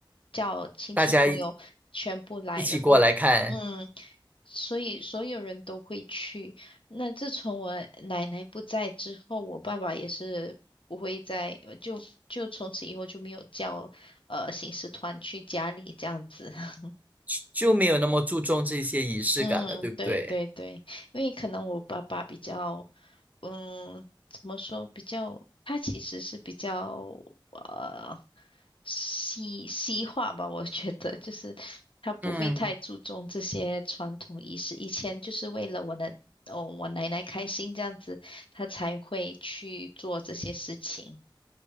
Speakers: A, on the left; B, on the right.
A: 叫亲戚朋友全部来，
B: 大家一一起过来看，
A: 然后嗯，所以所有人都会去。那自从我奶奶不在之后，我爸爸也是不会再就就从此以后就没有叫呃行事团去家里这样子。<laughs>
B: 就就没有那么注重这些仪式感了，
A: 嗯，
B: 对不对？
A: 对对对，因为可能我爸爸比较，嗯，怎么说，比较，他其实是比较呃西西化吧，我觉得就是他不会太注重这些传统仪式，
B: 嗯。
A: 以前就是为了我的哦我奶奶开心这样子，他才会去做这些事情。